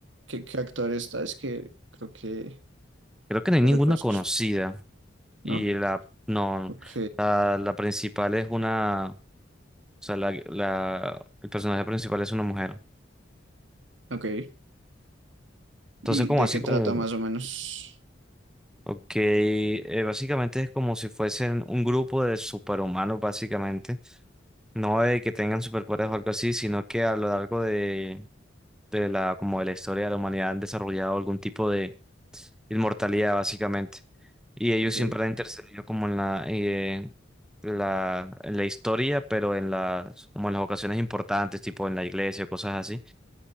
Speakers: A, on the right; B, in the centre.
A: ¿Qué, qué actor está? Es que creo que
B: Creo que no hay
A: lo
B: ninguna
A: reconozco,
B: conocida.
A: ¿no?
B: Y la, no,
A: Ok,
B: la, la principal es una, o sea, la, la- el personaje principal es una mujer.
A: ok. ¿Y
B: Entonces, como
A: de
B: así
A: qué trata
B: como,
A: más o menos?
B: ok, eh, básicamente es como si fuesen un grupo de superhumanos, básicamente No de que tengan superpoderes o algo así, sino que a lo largo de, de la, como de la historia de la humanidad han desarrollado algún tipo de inmortalidad, básicamente. Y ellos
A: Ok,
B: siempre han intercedido como en la, eh, la, en la historia, pero en las, como en las ocasiones importantes, tipo en la iglesia, cosas así.